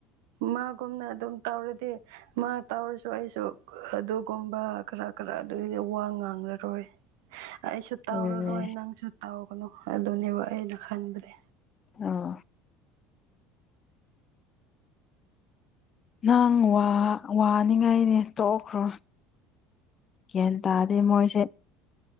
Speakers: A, on the right; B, on the left.
A: ꯃꯥꯒꯨꯝꯅ ꯑꯗꯨꯝ ꯇꯧꯔꯗꯤ ꯃꯥ ꯇꯧꯔꯁꯨ ꯑꯩꯁꯨ ꯑꯗꯨꯒꯨꯝꯕ ꯈꯔ ꯈꯔ ꯈꯔ ꯑꯗꯨꯏꯗꯤ ꯋꯥ ꯉꯥꯡꯂꯔꯣꯏ
B: <inaudible>
A: ꯑꯩꯁꯨ ꯇꯧꯔꯔꯣꯏ
B: ꯑꯗꯨꯅꯦ
A: ꯅꯪꯁꯨ ꯇꯥꯎꯒꯅꯨ ꯑꯗꯨꯅꯦꯕ ꯑꯩꯅ ꯈꯟꯕꯅꯦ
B: ꯑꯥ ꯅꯪ ꯋꯥꯅꯤꯉꯥꯏꯅꯦ ꯇꯣꯛꯈ꯭ꯔꯣ ꯒ꯭ꯌꯥꯟ ꯇꯥꯔꯗꯤ ꯃꯣꯏꯁꯦ